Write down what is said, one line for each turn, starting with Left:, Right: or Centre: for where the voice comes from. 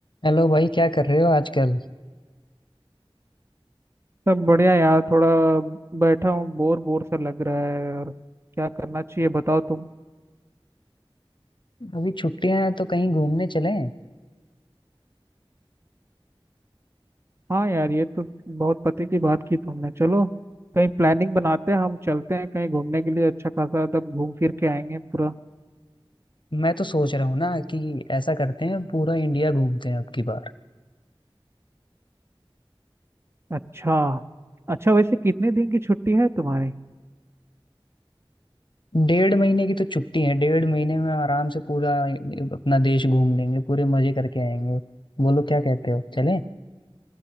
Left: Hello भाई क्या कर रहे हो आजकल
Right: सब बढ़िया यार थोड़ा बैठा हूँ बोर बोर सा लग रहा है और क्या करना चाहिए बताओ तुम
Left: अभी छुट्टियां हैं तो कहीं घूमने चलें
Right: हाँ यार ये तो बहुत पते की बात की तुमने चलो कहीं प्लानिंग बनाते हैं हम चलते हैं कहीं घूमने के लिए अच्छा खासा तब घूम फिर के आएंगे पूरा
Left: मैं तो सोच रहा हूँ ना कि ऐसा करते हैं पूरा इंडिया घूमते हैं अब की बार
Right: अच्छा अच्छा वैसे कितने दिन की छुट्टी है तुम्हारी
Left: डेढ़ महीने की तो छुट्टी है डेढ़ महीने में आराम से पूरा अपना देश घूम लेंगे पूरे मजे करके आएंगे बोलो क्या कहते हो चलें